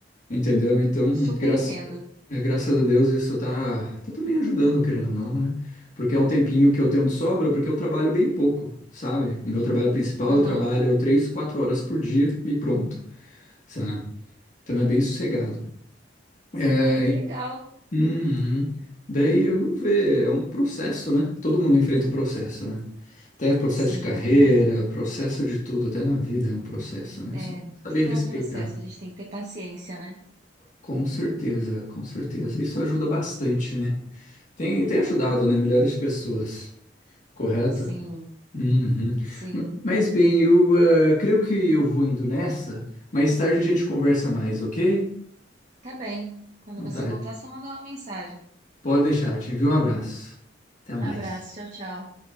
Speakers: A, on the left; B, on the right.
A: entendeu? Então,
B: super
A: graça,
B: entendo.
A: é, graças a Deus isso tá, tá também ajudando, querendo ou não, né? Porque é um tempinho que eu tenho de sobra, porque eu trabalho bem pouco, sabe? O meu trabalho principal,
B: Aham.
A: eu trabalho três, quatro horas por dia e pronto. sabe? Então é bem sossegado. É,
B: Ah, que legal.
A: uhum. Daí vamos ver, é um processo, né? Todo mundo enfrenta um processo, né? Até processo
B: Sim,
A: de carreira,
B: exatamente.
A: processo de tudo, até na vida é um processo, né?
B: É,
A: Só saber
B: tudo
A: respeitar.
B: é um processo, a gente tem que ter paciência, né?
A: Com certeza, com certeza. Isso ajuda bastante, né? Tem, tem ajudado, né? Milhares de pessoas, correto?
B: Sim,
A: Uhum.
B: sim.
A: M- Mas bem, eu ah, creio que eu vou indo nessa. Mais tarde a gente conversa mais, ok?
B: Tá bem. Quando
A: Então
B: você
A: tá,
B: voltar, só manda uma mensagem.
A: Pode deixar, eu te envio um abraço. Até mais.
B: Abraço, tchau, tchau.